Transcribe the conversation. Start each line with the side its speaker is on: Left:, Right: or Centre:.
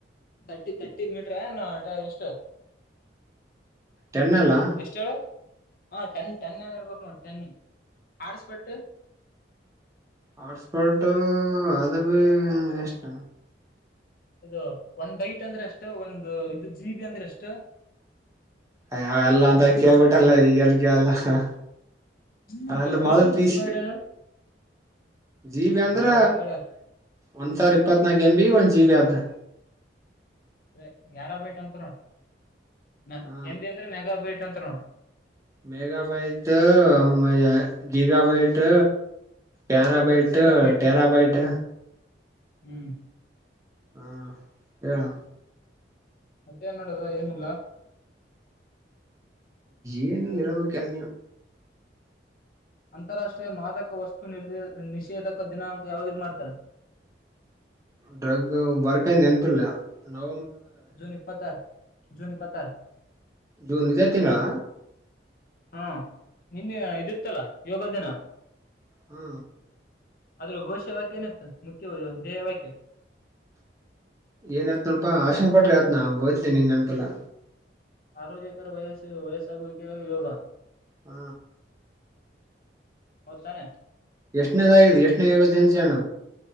Left: ತರ್ಟಿ ತರ್ಟಿ ಮೀಟ್ರ ನಟ ಎಷ್ಟ
Right: ಟೆನ್ ಅಲ್ಲ
Left: ಎಷ್ಟ ಹೇಳ ಹಾ ಟೆನ್ ಟೆನ್ ಏನ ಇರ್ಬೇಕು ನೋ ಟೆನ್ನಿ ಆಡ್ಸ್ಪಟ್ಟು
Right: ಹಾಟ್ಸ್ಪಾಟು ಅವ ಇಷ್ಟ
Left: ಅದು ಒಂದ್ ಬೈಟ್ ಅಂದ್ರೆ ಅಷ್ಟು ಒಂದು ಇದು ಜಿ ಬಿ ಅಂದ್ರೆ ಎಷ್ಟು
Right: ಅ ಎಲ್ಲಾ
Left: ಒಂದ್
Right: ತಕಪಟ್ಟಲ್ಲ
Left: ಜಿ ಜಿ
Right: ಈ ಕಲಿ ಎಲ್ಲ ಅ
Left: ಅವ್
Right: ಅಲ್ಲ
Left: ಕೇಳ್ಬಿಟ್ರ
Right: ಮೊದಲ್
Left: ಬಿಡ
Right: ಪೀಸ
Left: ಜೀಮ್ ಅಂದ್ರ ಏನ
Right: ಜಿ ಬಿ ಅಂದ್ರ
Left: ಮೊದಲ ಅವೇ ಕೇಳ್ಯಾರ
Right: ಒಂದ್ ಸಾವಿರ ಇಪ್ಪತ್ನಾಕು ಎಮ ಬಿ ಒಂದ್ ಜಿ ಬಿ ಅದು
Left: ಅದೇ ಗ್ಯಾರಾ ಬೈಟ್ ಅಂತ ನೋಡ
Right: ಹಾ
Left: ಎಂದ ಅಂದ್ರೆ ಮೆಗಾ ಬೈಟ್ ಅಂತರ
Right: ಮೇಗಾ ಬೈಟ್ ಮ ಗಿಗಾ ಬೈಟ್ ಪ್ಯಾರಾಬೈಟ್
Left: ಹ್ಮ್ ಜೀಗಾಬೈಟ್
Right: ಟರಾಬೈಟ್
Left: ಹ್ಮ್
Right: ಹಾ ಹೇಳು
Left: ಮತ್ತೆ ಏನ್ ನೆಡದ ಏನಿಲ್ಲ
Right: ಏನು ಇರವ ಕೆಣ
Left: ಅಂತಾರಾಷ್ಟ್ರೀಯ ಮಾದಕ ವಸ್ತು ನಿ ನಿಷೇಧಕ ದಿನಾಂಕ ಯಾವಾಗಿದ ಮಾಡ್ತಾರೆ <inaudible>
Right: ಡ್ರಗ್ ವರ್ಕ್ ನೆನಪಿಿಲ್ಲ ನಾ
Left: ಜೂನಿ ಇಪ್ಪತ್ತಾರು ಜೂನ ಇಪ್ಪತ್ತಾರು
Right: ಜೂನ್ ಇದೆೇ ತಿಂಗಳ
Left: ಹಾ ನಿನ್ ಇದೀತಾಲಾ ಯೋಗ ದಿನ
Right: ಹೂ
Left: ಆದ್ರೂ ಘೋಷ ವಾಕ್ಯ ಏನತ್ತು ಮುಖ್ಯವ ದಧ್ಯೇಯ ವಾಕ್ಯ
Right: ಏನ್ಯತ್ ನೋಡಪಾ ಆಶನ್ ಕೊಟ್ರಿ ಆತ್ ನಾ ಓಯ್ತೇನೆ ನೀನ್ ನೆನಪಿಲ್ಲ
Left: ಆರೋಗ್ಯಕರ ವಯಸ್ಸ ವಯಸ್ಸಾಗ ಯೋಗ
Right: ಹೂ
Left: ಹೌದು ತಾನೆ
Right: ಯಷ್ಣು ಅದು ಯಷ್ಣು ಯೋಗ ಜನಿಸಣ